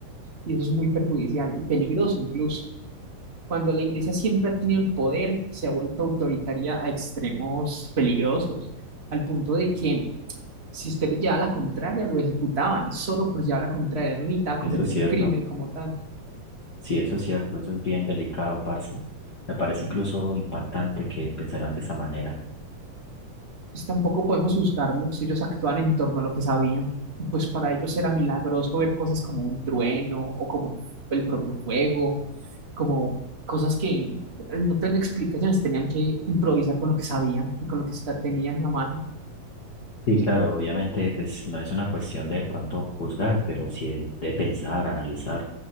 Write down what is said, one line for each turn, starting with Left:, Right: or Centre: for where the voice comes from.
Right: y eso es muy perjudicial y peligroso incluso. Cuando la iglesia siempre ha tenido el poder, se ha vuelto autoritaria a extremos peligrosos, al punto de que si usted le llevaba la contraria, lo ejecutaban solo por llevar la contraria, no necesitaba cometer
Left: Eso es cierto.
Right: un crimen como tal.
Left: Sí, eso es cierto. Eso es bien delicado, parce. Me parece incluso impactante que pensaran de esa manera.
Right: pues tampoco podemos juzgarlos, ellos actúan en torno a lo que sabían. Y pues para ellos era milagroso ver cosas como un trueno o como el propio fuego, como cosas que al no tener explicaciones tenían que improvisar con lo que sabían y con lo que está- tenían a mano.
Left: sí claro, obviamente, pues no es una cuestión de, de pronto juzgar, pero sí de de pensar, analizar.